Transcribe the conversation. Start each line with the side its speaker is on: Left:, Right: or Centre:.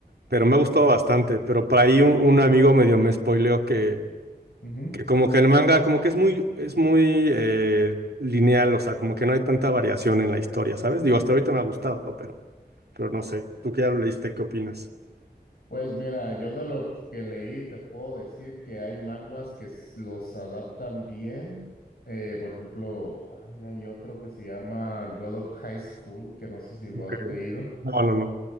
Right: pero me ha gustado bastante. Pero por ahí un, un amigo medio me spoileó que
Left: mhm
Right: que como que el manga, como que es muy, es muy eh, lineal, o sea, como que no hay tanta variación en la historia, ¿sabes? Digo, hasta ahorita me ha gustado, pero, pero no sé. ¿Tú que ya lo leíste, qué opinas?
Left: Pues mira, yo de lo que leí te puedo decir que hay manguas que s- los adaptan bien. Eh, por ejemplo, ay, hay otro que se llama God of High School, que no sé si lo
Right: Ok,
Left: has leído.
Right: No, no, no,